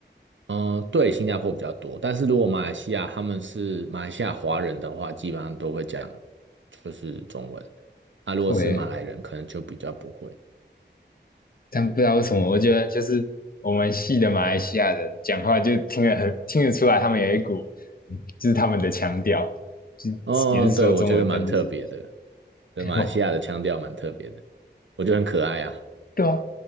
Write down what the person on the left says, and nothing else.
对，
但不知道为什么，我觉得就是我们系的马来西亚人讲话就听得很听得出来，他们有一股就是他们的腔调，就也是说中文，
但就是
哦，
对啊，